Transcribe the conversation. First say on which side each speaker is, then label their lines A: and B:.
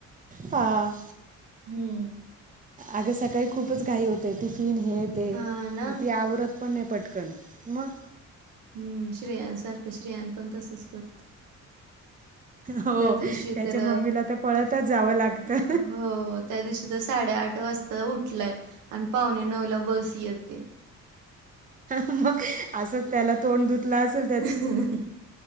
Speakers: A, on the right; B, on the right.
A: हा.
B: हम्म
A: आग सकाळी खूपच घाई होते. टिफिन हे ते
B: हा ना
A: ती आवरत. पण नाही, पटकन मग.
B: हम्म, श्रेयांन सारखं श्रेयान पण तसच करतो.
A: हो
B: त्या दिवशी
A: त्याच्या
B: तर
A: मम्मीला तर पळतच जावं लागतं.
B: हो. त्या दिवशी तर साडेआठ वाजता उठलाय आणि पावणे नऊ ला बस येत.
A: मग अस त्याला तोंड धुतला असच.
B: अंहा हं